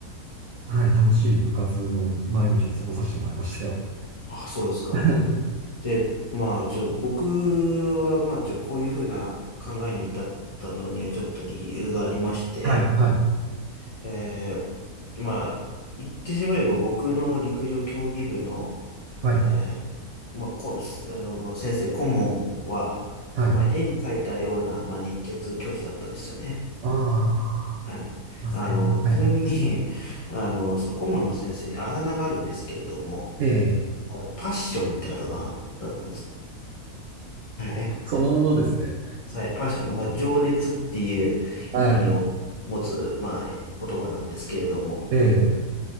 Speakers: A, on the right; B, on the left.
A: ーはい、楽しい部活の毎日を過ごさせてもらいましたよ。
B: ああ、そうですか。
A: <laughs> は
B: で、まあ、ちょ、僕は、まあ、ちょ、こういうふうな考えに至ったのには、ちょっと理由がありまして、
A: い、はい、
B: えー、まあ、言ってしまえば、僕の陸上競技部の、
A: はい、
B: えー、まあ、こ、あの、先生、顧問は、
A: はい。
B: まあ、絵に描いたような、まあ、熱血教師だったんですよね。
A: ああ、
B: はい。
A: いますね。
B: あの、
A: はい。
B: ちなみに、<laughs> あの、その顧問の先生にあだ名があるんですけれども、
A: ええ。
B: パッションってあだ名だったんです。はい。
A: <laughs> そのものですね。
B: はい、パッション、まあ、情熱っていう意味を持つ、
A: はい。
B: まあ、え言葉なんですけれども、
A: え